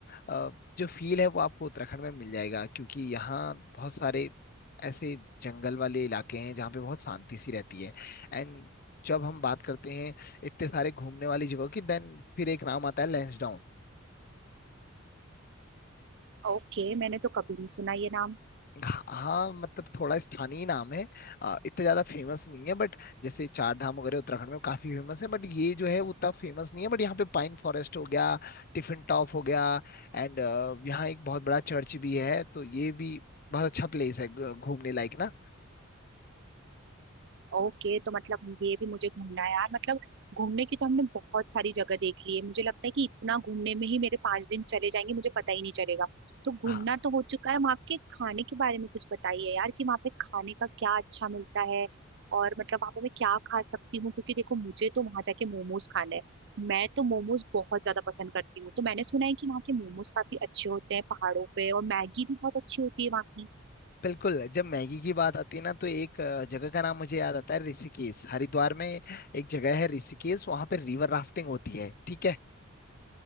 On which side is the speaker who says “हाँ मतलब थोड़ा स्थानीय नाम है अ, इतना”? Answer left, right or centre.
Left